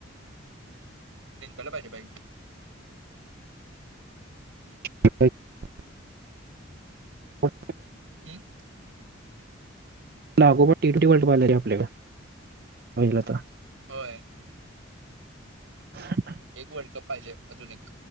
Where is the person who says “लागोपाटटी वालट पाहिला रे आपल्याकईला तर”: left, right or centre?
Right